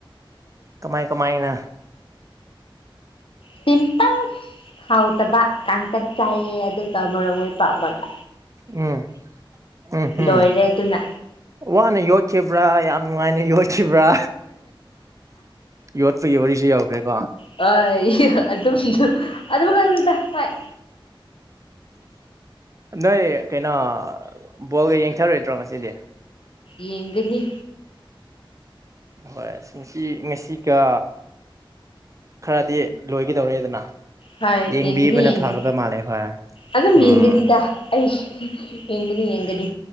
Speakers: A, on the right; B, on the left.
A: ꯀꯃꯥꯏ ꯀꯃꯥꯏꯅ
B: ꯁꯤꯝꯄꯜ ꯍꯥꯎꯇꯕ ꯀꯥꯡꯇꯛ ꯆꯥꯏꯌꯦ ꯑꯗꯨꯒ ꯃꯔꯣꯛ ꯃꯦꯠꯄ ꯑꯃꯒ
A: ꯎꯝ ꯎꯝ
B: ꯂꯣꯏꯔꯦ
A: ꯎꯝ
B: ꯑꯗꯨꯅ
A: ꯋꯥꯅ ꯌꫭꯠ ꯈꯤꯕ꯭ꯔꯥ ꯌꯥꯝ ꯅꯨꯡꯉꯥꯏꯅ ꯌꯣꯠꯈꯤꯕ꯭ꯔꯥ ꯌꯣꯠꯄ ꯌꯧꯔꯤꯁꯨ ꯌꯧꯈ꯭ꯔꯦꯀꯣ
B: ꯑ ꯑꯗꯨꯝ ꯑꯗꯨꯝ ꯀꯥꯏꯗ ꯍꫭꯏ
A: ꯅꯣꯏ ꯀꯩꯅꯣ ꯕꯣꯜꯒ ꯌꯦꯡꯊꯔꯣꯏꯗ꯭ꯔꯣ ꯉꯁꯤꯗꯤ
B: ꯌꯦꯡꯗꫭꯏꯅꯤ
A: ꯍꯣꯏ ꯉꯁꯤ ꯉꯁꯤꯒ ꯈꯔꯗꯤ ꯂꯣꯏꯒꯗꯧꯔꯦꯗꯅ
B: ꯍꫭꯏ
A: ꯌꯦꯡꯕꯤꯕꯅ
B: ꯌꯦꯡꯅꯤ ꯌꯦꯡꯒ
A: ꯐꯒꯗ ꯃꯥꯜꯂꯦ ꯍꯣꯏ
B: ꯑꯗꯨꯝ
A: ꯎꯝ
B: ꯌꯦꯡꯒꯅꯤꯗꯥ ꯑꯩꯁ ꯌꯦꯡꯒꯅꯤ ꯌꯦꯡꯒꯅꯤ